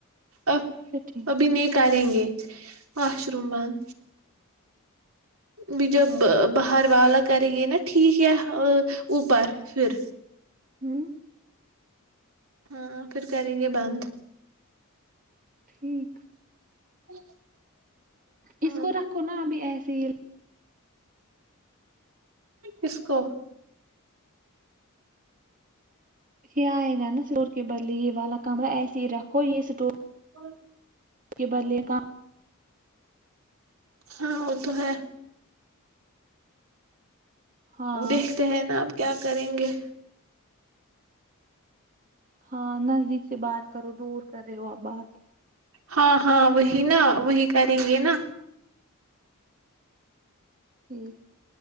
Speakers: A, on the right; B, on the right.
A: ا
B: اچھا ٹھیک
A: ابھی نہیں کریں گے واش روم بند بھی جب باہر والا کرے گی نا ٹھیک ہے اوپر پھر
B: ہوں
A: ہاں پھر کریں گے بند
B: ٹھیک
A: <unintelligible>
B: اس
A: ہاں
B: کو رکھو نا ابھی ایسے ہی
A: اسسکو
B: یہ آئے گا نا اسٹور کے بدلے یہ والا کمرا ایسے ہی رکھو یہ اسٹور
A: اور
B: اس کے بدلے کام
A: ہاں وہ تو ہے
B: ہاں
A: وہ دیکھتے ہیں نا آپ کیا کریں گے
B: ہاں نزدیک سے بات کرو دور کر رہے ہو آپ بات
A: ہاں ہاں وہی نا وہی کریں گے نا
B: ٹھیک